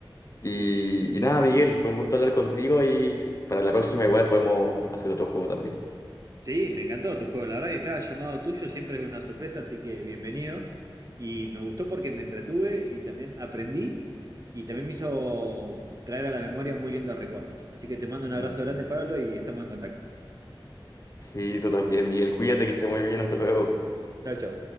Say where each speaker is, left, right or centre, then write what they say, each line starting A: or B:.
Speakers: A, on the left; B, on the right.
A: Y, y nada, Miguel, fue un gusto hablar contigo y para la próxima igual podemos hacer otro juego también.
B: Sí, me encantó tu juego. La verdad que cada llamado tuyo siempre es una sorpresa, así que bienvenido. Y me gustó porque me entretuve y también aprendí y también me hizo traer a la memoria muy lindos recuerdos. Así que te mando un abrazo
A: Mm.
B: grande, Pablo, y estamos en contacto.
A: Sí, tú también, Miguel, cuídate que esté muy bien, hasta luego.
B: Chao, chao.